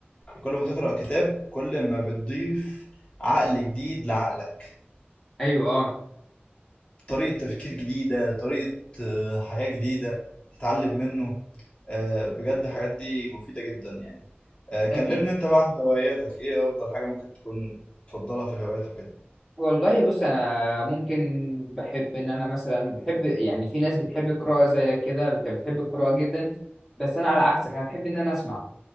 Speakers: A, on the left; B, in the centre.
A: كل ما تقرأ كتاب كل ما بتضيف عقل جديد لعقلك
B: <laughs> أيوه أه
A: طريقة تفكير جديدة طريقة آه، حياة جديدة تتعلم منه آه، بجد الحاجات دي مفيدة جدا يعني آه، كلمني
B: أكيد
A: انت بقى عن هواياتك ايه افضل حاجة ممكن تكون تفضلها في الهوايات وكده
B: والله بص انا ممكن بحب ان انا مثلا بحب يعني في ناس بتحب القراءه زيك كده انت بتحب القراءه جدا بس انا على عكسك انا بحب ان انا اسمع